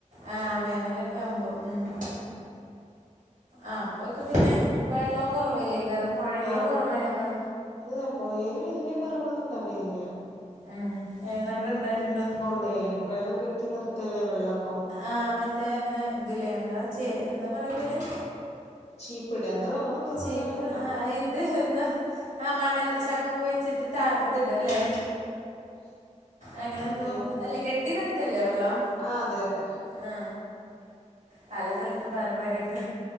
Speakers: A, on the right; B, on the left.
A: ആ വേനലൊക്കെ ആവുമ്പോ ഉം ആ അപ്പോഴക്കെ പിന്നെ വെള്ളം കുറവല്ലേ കാരണം പുഴയിലും
B: ഓ
A: കുറവൊക്കെ
B: ഇല്ല പോയല് വലിയ കുറവൊന്നുംണ്ടാവല്ല
A: ആ ആ നല്ല ഇണ്ടായിട്ടുണ്ടോ
B: അത വെള്ളം കെട്ടി നിർത്തല്ലേ വെള്ളപ്പം
A: ആ് മറ്റേ ഇങ്ങനെ ഇതിലേ എന്താ എന്താ പറയാ പേര്
B: ചീപ്പ്ട എന്തോ അങ്ങനെ എന്തോന്നാണ്
A: ചീപ്പ
B: പറയാ
A: ആ ഇത് എന്തോ ആ മണൽ
B: എ
A: ചക്കൊക്ക വെച്ചിട്ട് ത ഇത് ഇടല്ലേ
B: <inaudible>
A: അങ്ങനെന്തോ
B: എൻ
A: ഇതല്ലേ കെട്ടി തരത്തല്ലേ വെള്ളം
B: ആ അതെ അതെ
A: ആ പല സ്ഥലത്തും പല പേരൊക്കെ